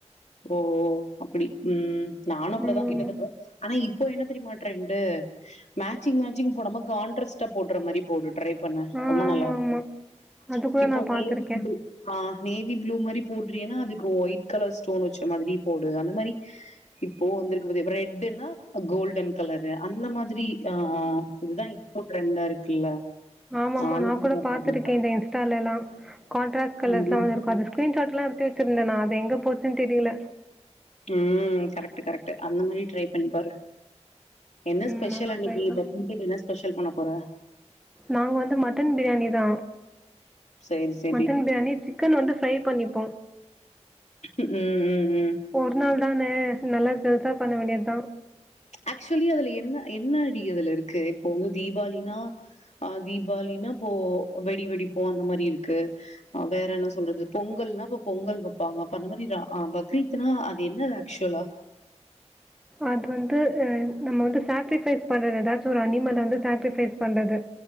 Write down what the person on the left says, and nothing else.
ஓ ஓ அப்படி உம் நானும் அப்படிதாகிட்டதுப்புற
ஆனா இப்ப என்ன தெரியுமா ரிரன்டுட் மேச்சிங் மேச்சிங் போடாம கான்ட்ரஸ்ட்டா போட்ற மாறி போட்டுட்டு ட்ரை பண்ண
ரொம்ப
நல்லா இருக்கும்
இப்போ
தேவி
ஆ நேவி ப்ளூ மாதிரி அ தேவி. போடுறீன்னா அதுக்கு ஒயிட் கலர்ஸ் ஸ்டோன் வச்ச மாதிரி போடு அந்த மாதிரி இப்போ வந்திருக்கு பாத்தியா ஃப்ரெட்டுன்னா கோல்டன் கலரு அந்த மாதிரி யா இதுதா இப்ப ட்ரெண்டா இருக்குல்ல
நானு
இப்படிதா
பண்ணே
ம்
ம் கரெக்ட்டு கரெக்ட்டு அந்த மாறி ட்ரை பண்ணி பாரு என்ன
ஸ்பெஷல்
அன்னைக்கி
பக் முகிக்கு என்ன ஸ்பெஷல் பண்ண போற
சேர் சே
ம் ம் ம்
ஆக்சுவலி அதுல என்ன என்னா டி அதுல இருக்கு இப்போ உங்க தீபாளினா அ தீபாளின்னா ப்போ வெடி வெடிப்போம் அந்த மாறி இருக்கு அ வேற என்ன சொல்றது பொங்கல்னா இப்ப பொங்கல் வெப்பாங்க அப்ப அந்த மாறி பக்ரீத்னா அது என்ன ஆக்சுவலா